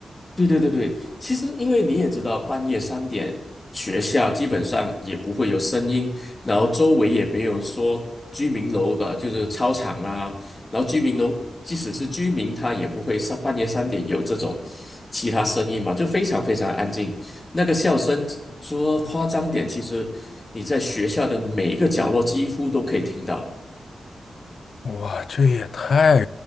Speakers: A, on the left (about 25°); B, on the left (about 65°).
A: 对对对对，其实因为你也知道，半夜三点学校基本上也不会有声音，然后周围也没有说居民楼的，就是操场啊，然后居民楼即使是居民，他也不会上半夜三点有这种其他声音嘛，就非常非常安静。那个笑声说夸张点，其实你在学校的每一个角落几乎都可以听到。
B: 哇，这也太